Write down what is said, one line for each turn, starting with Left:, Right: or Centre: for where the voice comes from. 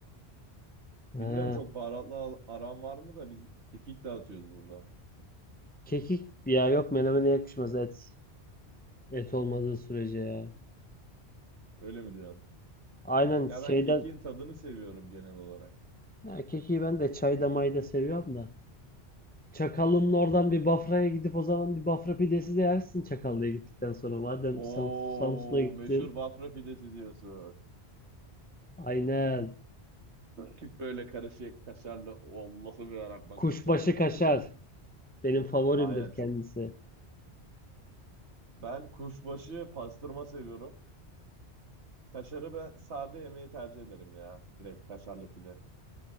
Right: Bilmiyorum
Left: He.
Right: çok baharatlı al- aran var mı da biz kekik dağıtıyoruz burada.
Left: Kekik ya yok menemene yakışmaz et. Et olmadığı sürece ya.
Right: Öyle mi diyorsun?
Left: Aynen
Right: Ya
Left: şeyden
Right: ben kekiğin tadını seviyorum genel olarak.
Left: erkeği ben de çay damayı da seviyorum da. Çakallı'nın
Right: Hı hı.
Left: oradan bir Bafra'ya gidip o zaman bir Bafra pidesi de yersin Çakallı'ya gittikten sonra. Madem
Right: Oo
Left: Sam- Samsun'a gittin.
Right: meşhur Bafra pidesi diyorsun.
Left: Aynen.
Right: Küp böyle karışık kaşarlı. Allah'ım ya bak
Left: Kuşbaşı
Right: nasıl canım çekti
Left: kaşar.
Right: ya.
Left: Benim favorimdir
Right: Aynen
Left: kendisi.
Right: çok. Ben kuşbaşı pastırma seviyorum. Kaşarı ben sade yemeği tercih ederim ya. Direkt kaşarlı pide.